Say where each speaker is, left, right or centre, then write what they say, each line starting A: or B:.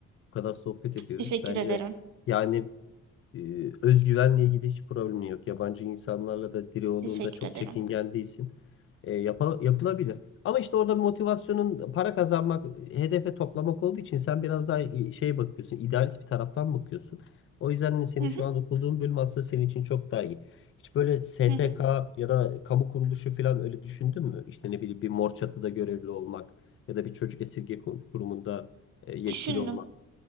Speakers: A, on the left (about 45°); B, on the right (about 70°).
A: Bu kadar sohbet ediyoruz.
B: Teşekkür
A: Bence
B: ederim.
A: yani Ee, özgüvenle ilgili hiç problemin yok. Yabancı insanlarla da diri olduğunda
B: Teşekkür
A: çok
B: ederim.
A: çekingen değilsin. Ee, yapa- yapılabilir. Ama işte orada motivasyonun para kazanmak, hedefe toplamak olduğu için sen biraz daha i- şeye bakıyorsun, idealist bir taraftan bakıyorsun. O yüzden seni
B: Hı hı,
A: şu an okuduğun bölüm aslında senin için çok daha iyi. Hiç böyle STK
B: hı hı.
A: ya da kamu kuruluşu falan öyle düşündün mü? İşte ne bileyim bir mor çatıda görevli olmak ya da bir çocuk esirge kur- kurumunda e, yetkili
B: Düşündüm.
A: olmak.